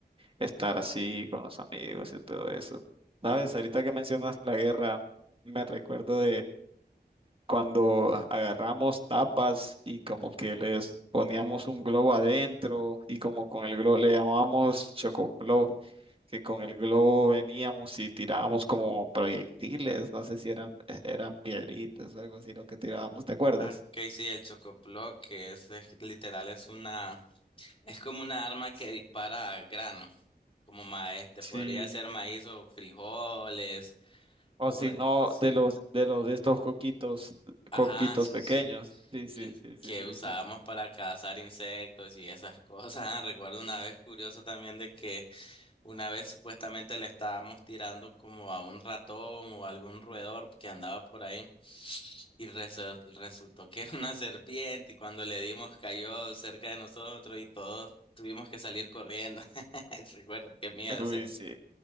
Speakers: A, on the right; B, on the left.
A: estar así con los amigos y todo eso. ¿Sabes? Ahorita que mencionas la guerra, me recuerdo cuando agarramos tapas y como que les poníamos un globo adentro y como con el globo le llamábamos chocoplo, que con el globo veníamos y tirábamos como proyectiles, no sé si eran, e-, eran piedritas o algo así lo que tirábamos, ¿te acuerdas?
B: Ah, que sí, el chocoplo, que es, es literal, es una, es como una arma que dispara al grano, como maíz, te
A: Sí,
B: podría ser maíz o frijoles,
A: O
B: o
A: si
B: de,
A: no,
B: sí.
A: de los, de los de estos coquitos,
B: Ajá,
A: coquitos
B: sí,
A: pequeños.
B: sí.
A: Sí, sí,
B: Que,
A: sí, sí,
B: que
A: sí,
B: usábamos
A: sí.
B: para cazar insectos y esas cosas. <laughs> Recuerdo una vez curioso también de que una vez supuestamente le estábamos tirando como a un ratón o algún roedor que andaba por ahí. Y resu- resultó que era una serpiente y cuando le dimos cayó cerca de nosotros y todos tuvimos que salir corriendo. <laughs> Recuerdo, qué miedo.
A: Uy,
B: o sea,
A: sí.